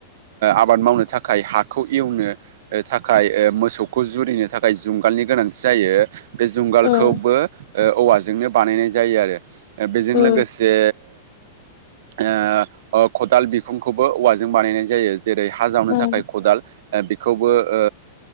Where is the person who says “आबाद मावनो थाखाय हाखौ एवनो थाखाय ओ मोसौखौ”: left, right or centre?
Right